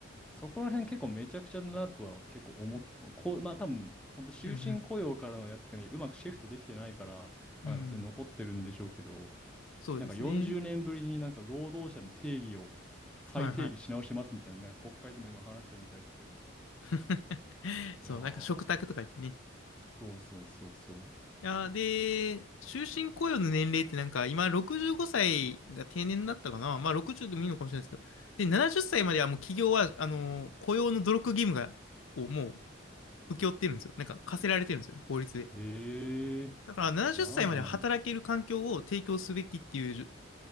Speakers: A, in the centre; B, on the left (about 85°).
A: そこら辺結構めちゃくちゃだなとは結構思っても、こう、まあ多分、本当終身雇用からのやつにうまくシフトできてないから、
B: うん、うん、
A: まあなんかそれ残ってるんでしょうけど、
B: うん。そうですね。
A: なんか40年ぶりになんか労働者の定義を再定義し直しますみたいな、
B: はいはい。
A: なんか国会でも今話してるみたいですけど。
B: <laughs> そう、
A: いやー、
B: なんか食卓とか言ってね。い
A: そうそうそうそう。
B: やー、で、終身雇用の年齢ってなんか今65歳が定年だったかな。まあ60でもいいのかもしれないですけど。で、70歳まではもう企業は、あのー雇用の努力義務が、をもう請け負ってるんですよ。なんか課せられてるんですよね、法律で。
A: へえー、
B: だから70歳までは働ける環境を提供すべきっていうじゅ、
A: 70なじゅうなんだ。